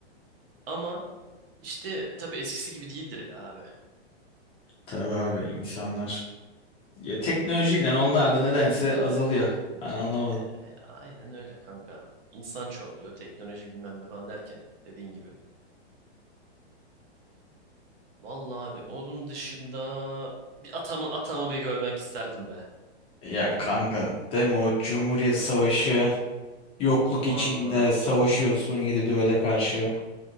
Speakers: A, on the right; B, on the left.
A: Ama işte tabii eskisi gibi değildir ya abi.
B: Tabii abi insanlar. Ya teknolojiyle onlar da nedense azalıyor. Ben anlamadım.
A: E, e, aynen öyle kanka. İnsan çoğalıyor, teknoloji bilmem ne falan derken dediğin gibi. Vallahi abi onun dışında bir atamı atamı bir görmek isterdim be
B: Ya
A: Volkan'ım.
B: kanka değil mi o Cumhuriyet Savaşı yokluk
A: Vallahi
B: içinde savaşıyorsun yedi düvele karşı.